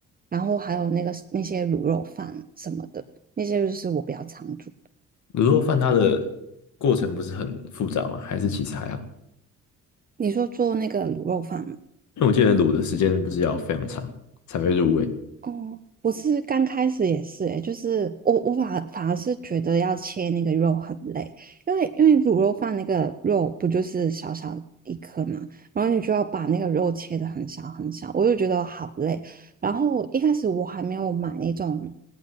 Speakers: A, on the right (about 30°); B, on the left (about 70°).
A: 然后还有那个那些卤肉饭什么的，那些就是我比较常煮。
B: 卤肉饭它的过程不是很复杂吗？还是其实还好？
A: 你说做那个卤肉饭吗？
B: 因为我记得卤的时间不是要非常长才会入味。
A: 哦，我是刚开始也是诶，就是我我反而反而是觉得要切那个肉很累，因为因为卤肉饭那个肉不就是小小一颗嘛，然后你就要把那个肉切得很小很小，我就觉得好累。然后一开始我还没有买那种